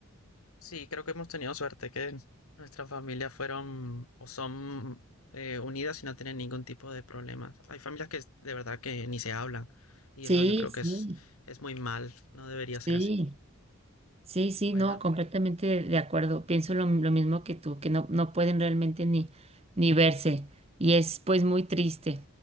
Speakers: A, on the left (about 75°); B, on the right (about 25°).
A: Sí, creo que hemos tenido suerte que nuestras familias fueron o son eh, unidas y no tienen ningún tipo de problemas. Hay familias que es- de verdad que ni se hablan y
B: Sí,
A: eso yo creo
B: sí,
A: que es, es muy mal, no debería ser
B: sí.
A: así.
B: Sí, sí,
A: Bueno,
B: no, completamente de de acuerdo. Pienso lo, lo mismo que tú, que no, no pueden realmente ni, ni verse y es pues muy triste.